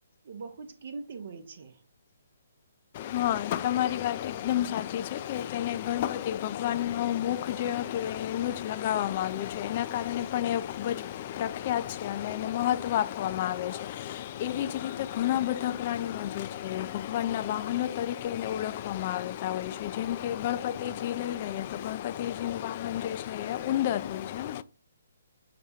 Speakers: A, on the right (about 55°); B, on the left (about 40°).
A: એ બહુ જ કિંમતી હોય છે
B: હા તમારી વાત એકદમ સાચી છે કે તેને ગણપતિ ભગવાનનો મુખ જે હતું એ એનું જ લગાવવામાં આવ્યું છે એના કારણે પણ એ ખૂબ જ પ્રખ્યાત છે અને એને મહત્વ આપવામાં આવે છે એવી જ રીતે ઘણા બધા પ્રાણીઓ જે છે ભગવાનના વાહનો તરીકેને ઓળખવામાં આવતા હોય છે જેમ કે ગણપતિજી લઈ લઈએ તો ગણપતિજી નું વાહન જે છે એ ઉંદર હોય છે